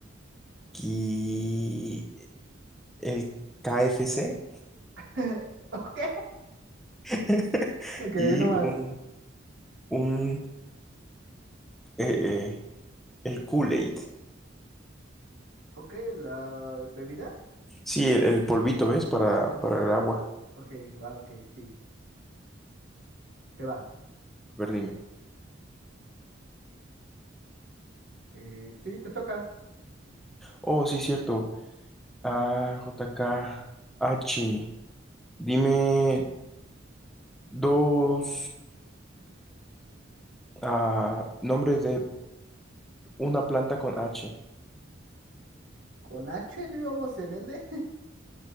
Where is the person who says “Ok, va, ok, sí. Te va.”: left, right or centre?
Right